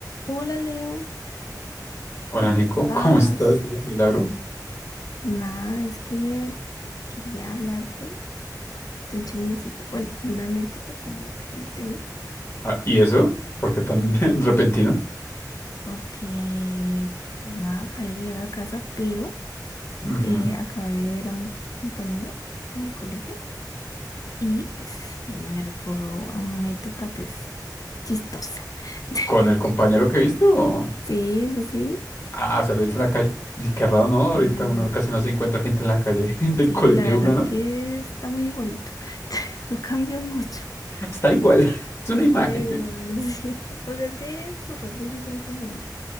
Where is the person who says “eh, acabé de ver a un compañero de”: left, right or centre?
Left